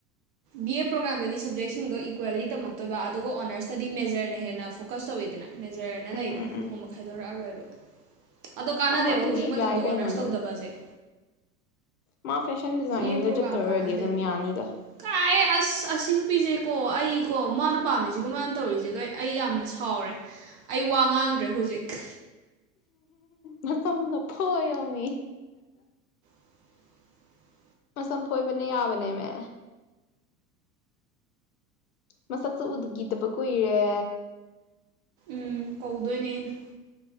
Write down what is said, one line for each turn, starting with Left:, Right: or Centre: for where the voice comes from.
Right: ꯕꯤ ꯑꯦ ꯄ꯭ꯔꯣꯒ꯭ꯔꯥꯝꯗꯗꯤ ꯁꯕꯖꯦꯛꯁꯤꯡꯗꯣ ꯏꯀ꯭ꯋꯦꯜꯂꯤ ꯇꯝꯃꯛꯇꯣꯏꯕ ꯑꯗꯨꯒ ꯑꯣꯅꯔꯁꯇꯗꯤ ꯃꯦꯖꯔꯅ ꯍꯦꯟꯅ ꯐꯣꯀꯁ ꯇꯧꯋꯤꯗꯅ ꯃꯦꯖꯔꯅ
Left: ꯎꯝ
Right: ꯂꯩꯗꯅ
Left: ꯎꯝ
Right: ꯑꯗꯨꯒꯨꯝꯕ
Left: ꯎꯝ
Right: ꯈꯥꯏꯗꯣꯔꯛꯑꯔꯣꯏꯕ ꯑꯗꯣ ꯀꯥꯟꯅꯗꯦꯕ
Left: ꯑꯥ ꯑꯗꯨꯗꯤ
Right: ꯍꯧꯖꯤꯛ ꯃꯇꯝꯗꯣ
Left: ꯌꯥꯏ
Right: ꯑꯣꯅꯔꯁ
Left: ꯀꯩꯅꯣ ꯑꯗꯨꯝ
Right: ꯇꯧꯗꯕꯁꯦ
Left: ꯃꯥ ꯐꯦꯁꯟ ꯗꯤꯖꯥꯏꯅꯤꯡꯗ
Right: ꯑꯦ ꯄꯣꯒ꯭ꯔꯝ
Left: ꯆꯠꯇꯣꯏ ꯑꯣꯏꯔꯗꯤ
Right: ꯀꯅꯥꯗꯕ
Left: ꯑꯗꯨꯝ ꯌꯥꯅꯤꯗ
Right: ꯀ ꯑꯁ ꯑꯅ ꯄꯤꯖꯦ ꯀ ꯑꯩ ꯀꯣ ꯃꯥꯅ ꯄꯥꯝꯃꯤꯁꯤꯒ ꯃꯥꯅ ꯇꯧꯔꯤꯁꯤꯒ ꯑꯩ ꯌꯥꯝꯅ ꯁꯥꯎꯔꯦ ꯑꯩ ꯋꯥ ꯉꯥꯡꯗ꯭ꯔꯦ ꯍꯧꯖꯤꯛ ꯛ
Left: ꯃꯗꯄꯌꯣꯃꯤ
Right: <unintelligible>
Left: ꯃꯁꯐꯣꯏꯕꯅ ꯌꯥꯕꯅꯦ ꯃ ꯃꯁꯛꯁꯨ ꯎꯗꯈꯤꯗꯕ ꯀꯨꯏꯔꯦ
Right: ꯎꯝ ꯀꯧꯗꯅꯦꯩꯅ